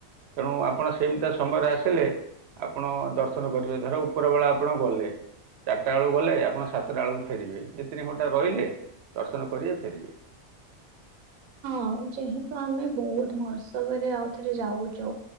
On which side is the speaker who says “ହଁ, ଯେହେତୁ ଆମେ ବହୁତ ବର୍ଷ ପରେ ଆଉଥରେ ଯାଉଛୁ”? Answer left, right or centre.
Right